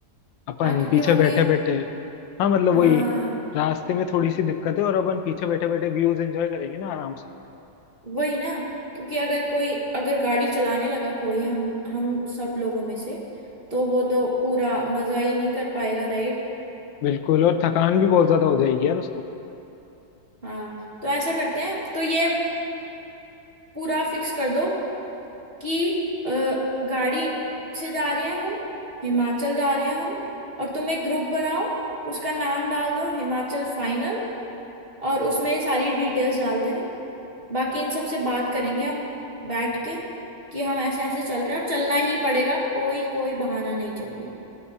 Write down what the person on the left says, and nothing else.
अपन
पीछे
बैठे
बैठे हाँ मतलब वही
रास्ते में थोड़ी सी दिक्कत है और अपन पीछे बैठे बैठे व्यूज एंजॉय करेंगे ना आराम से
बिल्कुल और थकान भी बहुत ज्यादा हो जाएगी यार